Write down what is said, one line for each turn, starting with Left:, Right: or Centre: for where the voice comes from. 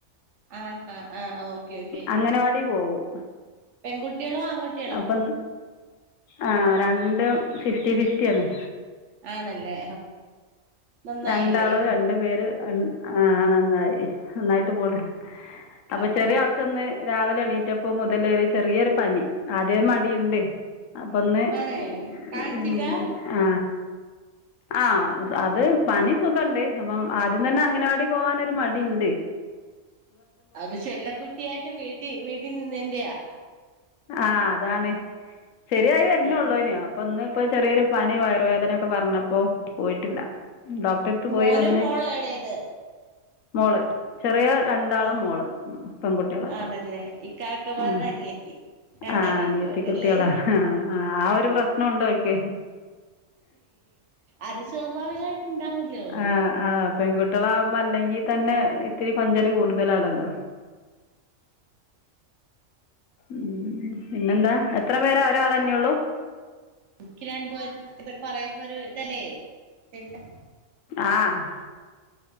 Right: ആഹ ആഹ ആ ഓക്കേ ഓക്കെ
Left: അംഗനവാടി പോകും
Right: പെൺകുട്ടികളോ ആൺകുട്ടികളോ
Left: അപ്പം ആ രണ്ടും ഫിഫ്റ്റി ഫിഫ്റ്റി ആന്ന്
Right: ആണല്ലേ നന്നായില്ലേ
Left: രണ്ടാളും രണ്ടു പേര് ആ നന്നായി നന്നായിട്ട് പോണ അപ്പൊ
Right: അതെല്ലേ
Left: ചെറിയ ആൾക്കൊന്ന് രാവിലെ എണീറ്റപ്പ മുതലേ ചെറിയൊരു പനി ആദ്യേ മടിണ്ട് അപ്പൊ ഇന്ന്
Right: ആണേ കാണിച്ചില്ല
Left: ആ ആ അത് പനി സുഖുണ്ട് അപ്പം ആദ്യം തന്നെ അങ്ങനെവാടി പോകാനൊരു മടി ഉണ്ട്
Right: അത് ചെല്ല കുട്ടിയായിട്ട് വീട്ടിൽ വീട്ടിൽ നിന്ന എന്റെയാ
Left: ആ അതാണ് ശരിയായി
Right: ആഹ്
Left: വരുന്നള്ളൂ
Right: ആഹ്
Left: അനോ അപ്പൊ ഒന്ന് ഇപ്പൊ ചെറിയൊരു പനി വയറുവേദനയൊക്കെ പറഞ്ഞപ്പോ പോയിട്ടില്ല ഡോക്ടറെടുത്ത് പോയി
Right: മോനോ
Left: വന്ന്
Right: മോളോ എളയത്
Left: മോള് ചെറിയ രണ്ടാള്
Right: ആഹ്
Left: മോള് പെൺകുട്ടികള്
Right: ആണല്ലേ ഇക്കാക്കമാരുടെ
Left: ആ
Right: അനിയത്തി രണ്ടനിയത്തിമാരല്ലേ
Left: ആഹ അനിയത്തി കുട്ടികളാ ആ ആ ഒരു പ്രശ്നം ഉണ്ടോക്കെ
Right: അത് സ്വാഭാവികമായിട്ട് ഇണ്ടാവൂലോ
Left: ആ ആ പെൺകുട്ടികള ആകുമ്പോ അല്ലെങ്കി തന്നെ ഇത്തിരി കൊഞ്ചല് കൂടുതലാണല്ലോ
Right: അം
Left: ഉ പിന്നെന്താ എത്ര പേരെ ഒരാളെന്നെയ ഉള്ളു
Right: എക്ക് രണ്ടപ ഇതൊക്കെ പറയുമ്പോ ഒരു ഇതല്ലേ പിന്നെ
Left: ആഹ